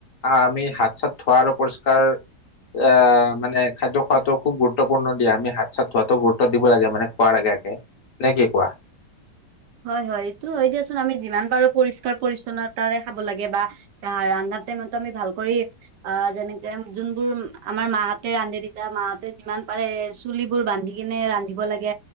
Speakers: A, on the left; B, on the right.
A: আমি হাত চাত ধোৱা আৰু পৰিষ্কাৰ আহ মানে খাদ্য খোৱাটো খুব গুৰুত্বপূৰ্ণ দিয়া, আমি হাত চাত ধোৱাতো গুৰুত্ব দিব লাগে। মানে খোৱাৰ আগে আগে নে কি কোৱা?
B: হয়, হয়। এইটো হয় দিয়াচোন আমি যিমান পাৰো পৰিষ্কাৰ পৰিচ্ছন্নতাৰে খাব লাগে। বা আহ ৰান্ধা টাইমতো আমি ভাল কৰি অ' যেনেকে যোনবোৰ আমাৰ মাহঁতে ৰান্ধে, তেতিয়া মাহঁতে যিমান পাৰে চুলিবোৰ বান্ধি ৰান্ধিব লাগে,